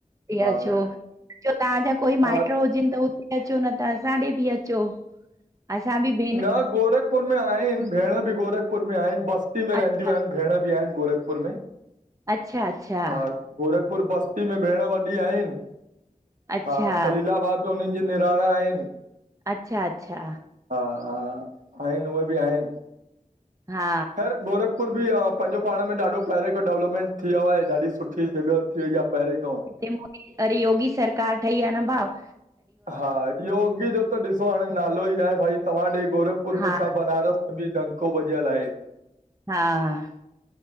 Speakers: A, on the right; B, on the right.
A: इया
B: हा
A: छो, जो तांजा कोई
B: हा
A: माइट हुजनि त हु ते अचो न त असां ॾे बि अचो। असां बि भे
B: न गोरखपुर में आहिनि, भेण बि गोरखपुर में आहिनि, बस्ती में रहंदियूं
A: अच्छा
B: आहिनि भेण बि आहिनि गोरखपुर में,
A: अच्छा, अच्छा।
B: हा गोरखपुर बस्ती में भेण वॾी आहिनि।
A: अच्छा
B: हा खलीलाबाद त उननि जी निणान आहिनि,
A: अच्छा- अच्छा।
B: हा -हा, आहिनि उहे बि आहिनि।
A: हा
B: खैर गोरखपुर बि आ पंहिंजो पाण में ॾाढो पहिरे खां डेवलपमेंट थी वियो आहे। ॾाढी सु ठी जॻह थी वई आ पहिरे खां।
A: हे मोदी, अरे योगी सरकार ठई आ न भाव,
B: हा, योगी जो त ॾिसो हाणे नालो ई आहे, भई तव्हां ॾे गोरखपुर
A: हा
B: में छा बनारस बि डंको ॿजियल आहे।
A: हा।